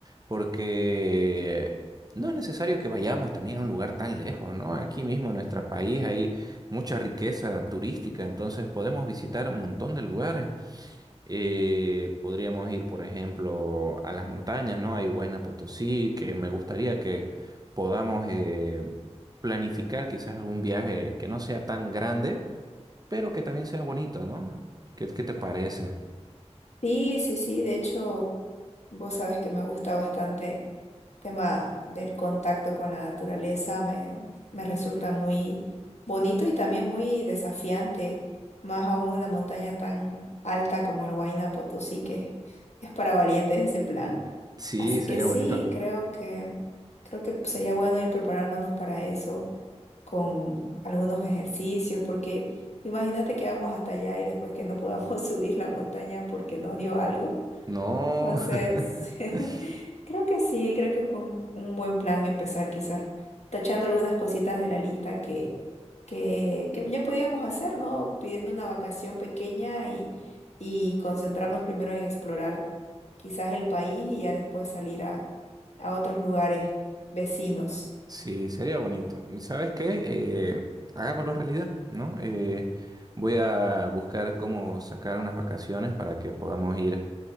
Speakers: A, on the right (about 35°); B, on the left (about 70°).
A: Porque no es necesario que vayamos también a un lugar tan lejos, ¿no? Aquí mismo en nuestro país hay mucha riqueza turística, entonces podemos visitar un montón de lugares. Eh, podríamos ir, por ejemplo, a las montañas, ¿no? Hay Huayna Potosí, que me gustaría que podamos eh, planificar quizás algún viaje que no sea tan grande pero que también sea bonito, ¿no? ¿Qué, qué te parece?
B: Sí, sí, sí, de hecho. Vos sabés que me gusta bastante el tema del contacto con la naturaleza, me, me resulta muy bonito y también muy desafiante, más aún una montaña tan alta como el Huayna Potosí, que es para valientes ese plan.
A: Sí,
B: Así
A: sería
B: que sí,
A: bonito.
B: creo que, creo que sería bueno ir preparándonos para eso con algunos ejercicios, porque imagínate que vamos hasta allá y después que no podamos <laughs> subir la montaña porque nos dio algo.
A: No,
B: Entonces,
A: <laughs>
B: <laughs> creo que sí, creo que fue un, un buen plan empezar quizás tachando algunas cositas de la lista que, que, que ya podíamos hacer, ¿no? Pidiendo una vacación pequeña y, y concentrarnos primero en explorar quizás el país y ya después salir a, a otros lugares vecinos.
A: sí, sería bonito. ¿Y sabes qué? Eh, hagámoslo realidad, ¿no? Eh, voy a buscar cómo sacar unas vacaciones para que podamos ir